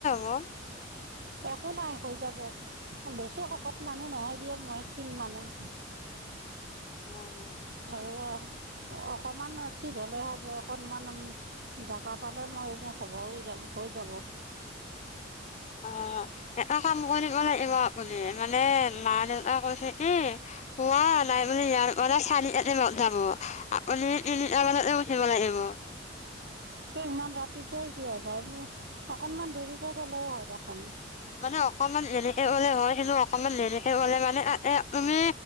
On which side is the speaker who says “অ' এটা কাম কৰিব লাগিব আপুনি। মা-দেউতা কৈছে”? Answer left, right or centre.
Left